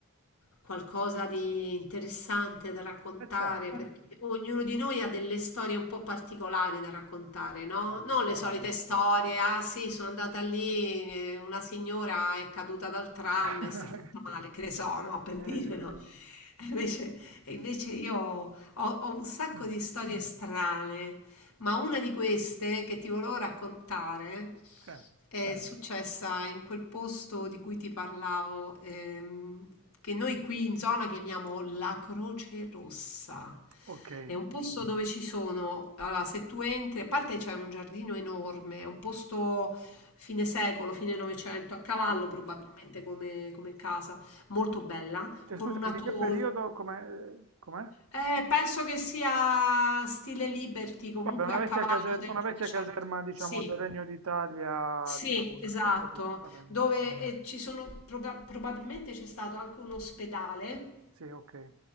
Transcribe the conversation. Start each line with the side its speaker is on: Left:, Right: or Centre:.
Left: qualcosa di interessante da raccontare,
Right: Eh, certo,
Left: perché ognuno di noi ha delle storie un po' particolari da raccontare,
Right: eh,
Left: no?
Right: mol-
Left: Non
Right: molte.
Left: le solite storie, ah sì, sono andata lì, eh, una signora è caduta dal tram
Right: <laughs>
Left: e si è fatta male, che ne so, no? Per
Right: Sì,
Left: dire,
Right: sì,
Left: no?
Right: sì.
Left: E Invece, e invece io ho, ho un sacco
Right: Mm,
Left: di storie strane, ma una di queste che ti volevo raccontare
Right: sì.
Left: è Sì. successa in quel posto di cui ti parlavo, ehm, che noi qui in zona chiamiamo la Croce Rossa.
Right: Ok,
Left: È un posto dove ci sono, allora se tu entri, a parte c'è un giardino enorme, è un posto fine secolo, fine Novecento, a cavallo
Right: Ficus.
Left: probabilmente come, come casa, molto bella,
Right: Cioè,
Left: con
Right: scusami,
Left: una
Right: di
Left: torre.
Right: che periodo, com'è? eh, com'è?
Left: Eh, penso che sia stile Liberty, comunque
Right: Vabbè, una
Left: a
Right: vecchia
Left: cavallo
Right: caserma,
Left: del
Right: una vecchia
Left: Novecento.
Right: caserma, diciamo,
Left: Sì,
Right: del Regno d'Italia,
Left: sì,
Right: diciamo,
Left: esatto.
Right: ho capito, va bene.
Left: Dove eh, ci sono, proba- probabilmente c'è stato anche un ospedale
Right: Sì, ok.